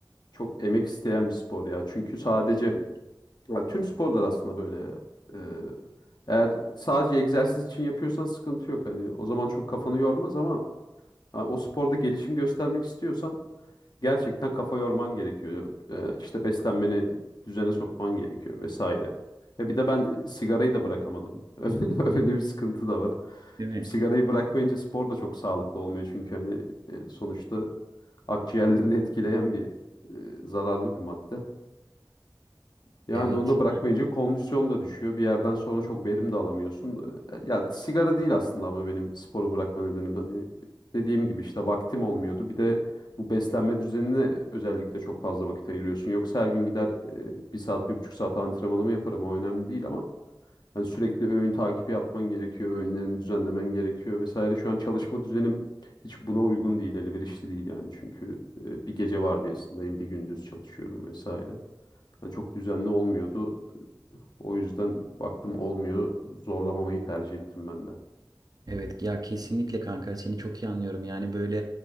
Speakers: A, on the left; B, on the right.
A: çok emek isteyen bir spor ya. Çünkü sadece
B: Kesinlikle.
A: ya tüm sporlar aslında böyle. E, eğer sadece egzersiz için yapıyorsan sıkıntı yok. Hani o zaman çok kafanı yormaz ama ha, o sporda gelişim göstermek istiyorsan gerçekten kafa yorman gerekiyor. E, işte beslenmeni düzene sokman gerekiyor vesaire. E bir de ben sigarayı da bırakamadım. <laughs> Öyle bir sıkıntı da var.
B: Değil mi?
A: Şimdi sigarayı bırakmayınca spor da çok sağlıklı olmuyor çünkü hani e, sonuçta akciğerlerini etkileyen bir e, zararlı bir madde. Yani
B: Evet.
A: onu da bırakmayınca kondisyon da düşüyor. Bir yerden sonra çok verim de alamıyorsun. E, Ya sigara değil aslında ama benim sporu bırakma nedenim hani dediğim gibi işte vaktim olmuyordu. Bir de bu beslenme düzenine özellikle çok fazla vakit ayırıyorsun. Yoksa her gün gider e, bir saat, bir buçuk saat antrenmanımı yaparım. O önemli değil ama Hani sürekli öğün takibi yapman gerekiyor, öğünlerini düzenlemen gerekiyor vesaire. Şu an çalışma düzenim hiç buna uygun değil, elverişli değil yani. Çünkü e, bir gece vardiyasındayım, bir gündüz çalışıyorum vesaire. Hani çok düzenli olmuyordu. O yüzden baktım olmuyor, zorlamamayı tercih ettim ben de.
B: Evet ya kesinlikle kanka seni çok iyi anlıyorum yani böyle